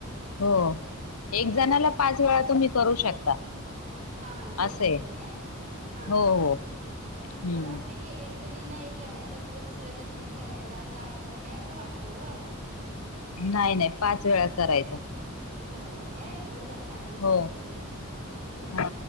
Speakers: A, on the left; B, on the right.
A: हो एक
B: हो
A: जणाला पाच वेळा तुम्ही करू शकता.
B: हा हा करू
A: असे
B: शकते काय हा
A: हो
B: हा हा
A: हो हम्म
B: मला वाटलं. की एक जणीना एक करायचं परत दुसऱ्या जणीना करायचं असं आहे का काय असं वाटलं हो.
A: नाही नाही पाच वेळा करायचा.
B: करायचा काय बरं झालं सांगितलं
A: हो
B: असंय ते ह्
A: हा
B: ह